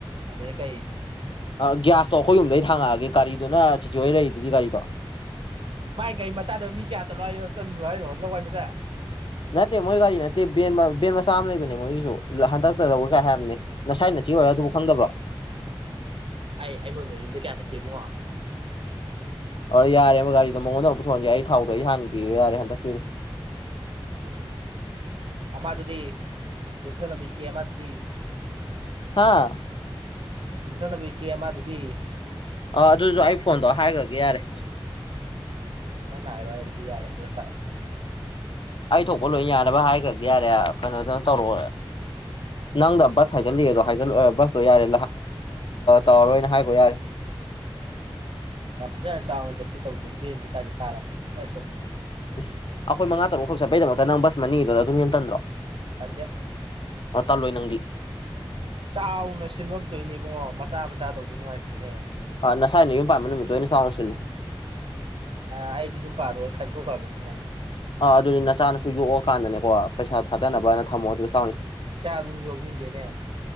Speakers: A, on the right; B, on the left.
A: ꯑꯩ ꯀꯩ
B: ꯑ ꯒꯤ꯭ꯌꯥꯁꯇꯣ ꯑꯩꯈꯣꯏ ꯌꯨꯝꯗꯩ ꯊꯥꯡꯉꯛꯑꯒꯦ ꯒꯥꯗꯨꯅ ꯁꯤꯤꯆꯤꯋꯦ ꯂꯩꯔꯤꯗꯨꯗꯤ ꯒꯥꯔꯤꯗꯣ
A: ꯃꯥꯏ ꯒꯥꯔꯤ ꯃꯆꯥꯗ ꯃꯤ ꯀꯌꯥ ꯆꯠꯂꯣ ꯍꯥꯏꯔꯣ ꯆꯟꯂꯣ ꯍꯥꯏꯔꯣ ꯂꯋꯥꯏ ꯃꯆꯥ
B: ꯅꯅꯥꯠꯇ ꯃꯣꯏ ꯋꯥꯔꯤ ꯋꯥꯔꯤ ꯅꯅꯥꯦꯟ ꯃꯥ ꯁ ꯁꯥꯝ ꯂꯩꯅꯦ ꯃꯣꯏꯒꯤꯁꯨ ꯍꯟꯗꯛꯇ ꯂꯧꯋꯦ ꯀꯥꯏ ꯍꯥꯏꯕꯅꯤ ꯉꯁꯥꯏ ꯅꯆ ꯑꯣꯏꯔꯣ ꯑꯗꯨꯕꯨ ꯈꯪꯗꯕ꯭ꯔꯣ
A: ꯑꯩ ꯑꯩ ꯃꯣꯏ ꯃ ꯌꯨꯝꯗ ꯀꯌꯥ ꯆꯠꯀꯦ ꯏꯕꯨꯡꯉꯣ
B: ꯍ ꯌꯥꯔꯦꯕ ꯒꯥꯔꯤꯗꯣ ꯃꯉꯣꯟꯗ ꯑꯃꯨꯛꯊꯍꯟꯒꯦ ꯑꯩ ꯊꯥꯎꯗꯣ ꯑꯩ ꯍꯥꯟꯈꯤꯕ ꯌꯥꯔꯦ ꯍꯟꯗꯛꯄꯤꯗꯣ
A: ꯎꯝ ꯑꯃꯗꯨꯗꯤ ꯌꯟꯊꯅꯕꯕꯤ ꯆꯦ ꯑꯃꯗꯨꯗꯤ
B: ꯑꯥ
A: ꯌꯨꯝꯊꯅꯕ ꯏꯆꯦ ꯃꯥꯗꯨꯗꯤ
B: ꯑꯥ ꯑꯗꯨꯁꯨ ꯑꯩ ꯐꯣꯟꯗꯣ ꯍꯥꯏꯈ꯭ꯔꯒꯦ ꯌꯥꯔꯦ
A: ꯅꯪ ꯍꯥꯏꯔꯣ ꯑꯗꯨꯗꯤ ꯌꯥꯔꯦ ꯁ ꯇꯔꯦ
B: ꯑꯩ ꯊꯣꯛꯄ ꯂꯣꯏ ꯌꯥꯅꯕ ꯍꯥꯏꯈ꯭ꯔꯒꯦ ꯌꯥꯔꯦ ꯀꯩꯅꯣꯗꯅ ꯇꯧꯔꯣ ꯅꯪꯗ ꯕꯁ ꯍꯥꯏꯖꯤꯜꯂꯤ ꯗꯣ ꯍꯥꯏꯖꯜꯂꯛꯑꯣ ꯕꯁꯇꯣ ꯌꯥꯔꯦ ꯇꯧꯔꯔꯣꯏꯅ ꯍꯥꯏꯈ꯭ꯔꯣ ꯌꯥꯔꯦ
A: ꯎ ꯐꯖꯅ ꯆꯥꯎꯅ ꯆꯠꯁꯤ ꯇꯧꯗꯣ ꯕꯦꯟ ꯃꯆꯥꯁꯦ ꯇꯥꯔꯝ ꯆꯠ ꯆꯠ ꯆꯠꯦ
B: ꯏꯁ ꯑꯩꯈꯣꯏ ꯃꯉꯥ ꯇꯔꯨꯛ ꯈꯛ ꯆꯠꯄꯩꯗꯃꯛꯇ ꯅ ꯁ ꯃꯅꯤꯗꯨꯗ ꯑꯗꯨꯅ ꯌꯦꯟꯇꯟꯗ꯭ꯔꯣ
A: ꯑꯗ
B: ꯇꯥꯜꯂꯣꯏ ꯅꯪꯗꯤ
A: ꯆꯥꯎꯅ ꯁꯤꯟꯐꯝ ꯊꯣꯛꯏꯅꯤ ꯏꯕꯨꯡꯉꯣ ꯃꯆꯥ ꯃꯆꯥ ꯇꯧꯗꯤ ꯅꯨꯡꯉꯥꯏꯇꯦꯅꯦ
B: ꯑꯥ ꯉꯁꯥꯏ ꯑꯩꯅ ꯌꯨꯝ ꯄꯥꯟꯕꯝꯕ ꯅꯨꯃꯤꯠꯇꯣ ꯑꯣꯏꯅ ꯆꯥꯎꯥꯡꯉ ꯁꯤꯜꯂꯨ
A: ꯑ ꯑꯩꯗꯤ ꯁꯨꯝ ꯄꯥꯔꯣꯏ ꯈꯟꯇꯣꯛꯈꯕꯅꯤꯅ
B: ꯑꯥ ꯑꯗꯨꯅꯤ ꯅꯆꯥꯅꯁꯨ ꯌꯣꯛꯑꯀꯥꯟꯗꯅꯦꯀꯣ ꯄꯩꯁꯥ ꯊꯥꯗꯅꯕꯅ ꯊꯝꯃꯣꯑꯣ ꯑꯗꯨ
A: ꯆꯥ ꯑꯗꯨꯁꯨ ꯌꯣꯛꯒꯅꯤꯗꯅꯦ